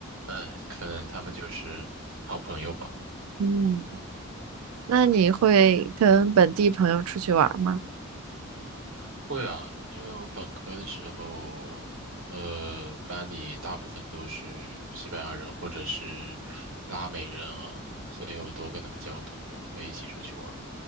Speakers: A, on the right; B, on the right.
A: 嗯，可能他们就是好朋友吧。
B: 嗯，那你会跟本地朋友出去玩儿吗？
A: 会啊，因为我本科的时候，呃，班里大部分都是西班牙人或者是拉美人啊，所以我都跟他们交朋友，会一起出去玩儿